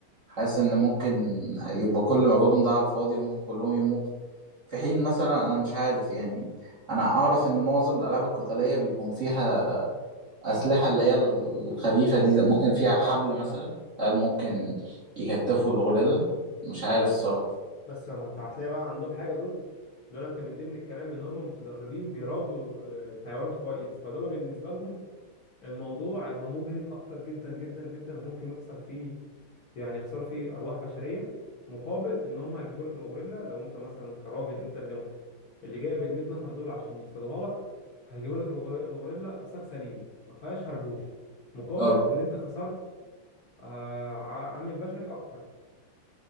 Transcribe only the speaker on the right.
حاسس إن ممكن يبقى كل مجهودهم ده على الفاضي وممكن كلهم يموتوا في حين مثلا انا مش عارف يعني انا اعرف ان معظم الالعاب القتاليه بيكون فيها اسلحه اللي هي الخفيفه دي زي- ممكن فيها حبل مثلا هل ممكن يكتفوا الغوريلا مش عارف الصراحه
اه